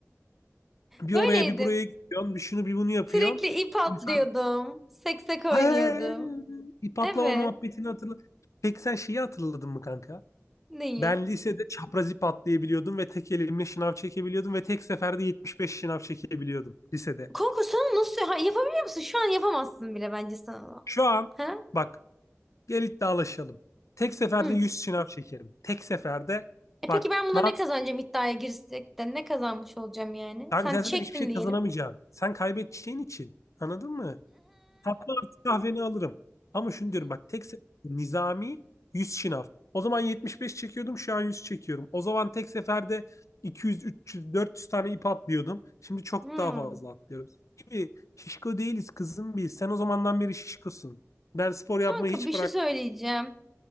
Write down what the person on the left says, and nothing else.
bir
oraya bir buraya gidiyorsun, bir şunu bir bunu yapıyorsun.
İnsan
hey, ip atlama
muhabbetini hatırla. Peki sen şeyi hatırladın mı kanka?
Ben lisede çapraz ip atlayabiliyordum ve tek elimle şınav çekebiliyordum ve tek seferde 75 şınav çekebiliyordum lisede.
Şu an
bak Gel iddialaşalım. Tek seferde
100 şınav çekerim. Tek seferde
bak
Naz,
kanka
sen
zaten hiçbir şey
kazanamayacaksın. Sen kaybedeceğin için. Anladın mı? Tatlı artık kahveni alırım. Ama şunu diyorum bak tek seferde nizami 100 şınav. O zaman 75 çekiyordum şu an 100 çekiyorum. O zaman tek seferde iki yüz, üç yüz, dört yüz tane ip atlıyordum. Şimdi çok
daha fazla atlıyorum. Gibi şişko değiliz kızım biz. Sen o zamandan beri şişkosun. Ben spor
yapmayı hiç
bırak